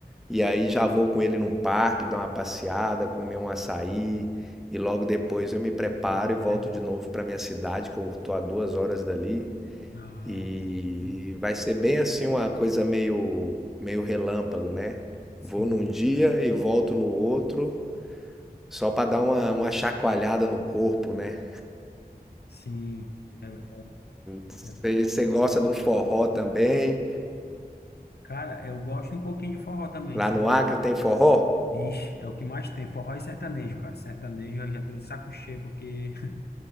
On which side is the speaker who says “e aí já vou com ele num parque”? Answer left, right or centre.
Centre